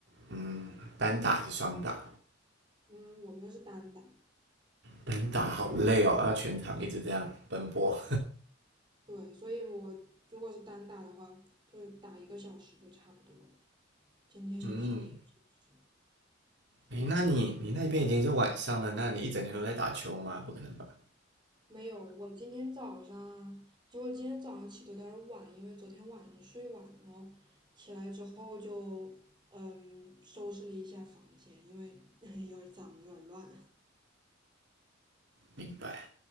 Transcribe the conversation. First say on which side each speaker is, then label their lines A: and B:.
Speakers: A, on the right; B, on the right.
A: 嗯，单打还是双打？
B: 嗯，我们是单打，
A: 单打好累哦，要全场一直这样奔波。
B: 对，所以我如果是单打的话，就打一个小时就差不多了。今天也是一个小时，
A: <laughs> 嗯，诶，那你你那边已经是晚上了，那你一整天都在打球吗？不可能吧？
B: 没有，我今天早上，结果今天早上起的有点儿晚，因为昨天晚上睡晚了哦，然后起来之后就嗯收拾了一下房间，因为 <laughs> 有点儿脏，有点儿乱。
A: 明白。